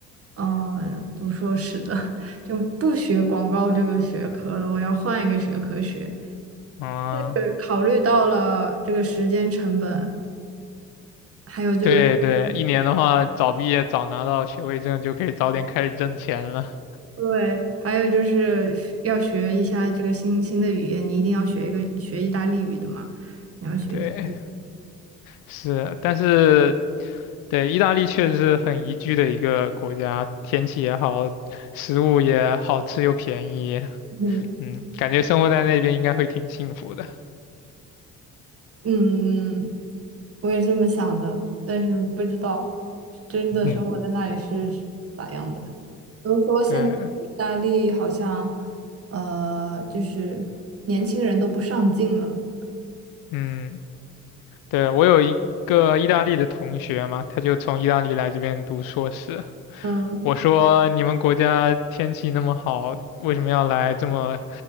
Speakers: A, on the right (about 35°); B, on the left (about 55°).
A: 呃，读硕士的，<laughs> 就不学广告这个学科了，我要换一个学科学。
B: 嗯，
A: 对，考虑到了这个时间成本，还有就
B: 对对，一年的话，早毕业早拿到学位证就可以早点开始挣钱了。
A: 对，还有就是学要学一下这个新新的语言，你一定要学一个学意大利语的嘛，你要学习
B: 对。是，但是对，意大利确实是很宜居的一个国家，天气也好，食物也好吃又便宜，
A: 嗯
B: 嗯，感觉生活在那边应该会挺幸福的。
A: 嗯嗯。我也这么想的，但是不知道真的生活在那里是咋样的。
B: 嗯，
A: 比如说，现在意大利好像，
B: <laughs> 对，
A: 呃，就是年轻人都不上进了。
B: 嗯，对，我有一个意大利的同学嘛，他就从意大利来这边读硕士。
A: 嗯
B: 我说你们国家天气那么好，为什么要来这么